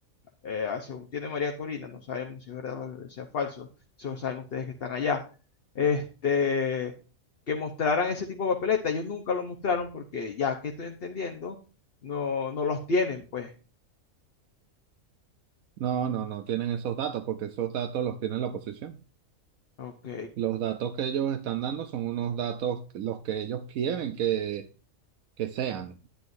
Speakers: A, on the left (about 50°); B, on the right (about 85°).
A: eh, ah, según tiene María Corina, no sabemos si es verdad o sea falso, eso saben ustedes que están allá, este, que mostraran ese tipo de papeleta Ellos nunca lo mostraron porque ya que estoy entendiendo, no, no los tienen, pues.
B: No, no, no tienen esos datos porque esos datos los tiene la oposición.
A: Ok,
B: Los datos que ellos están dando son unos datos que- los que ellos quieren que, que sean.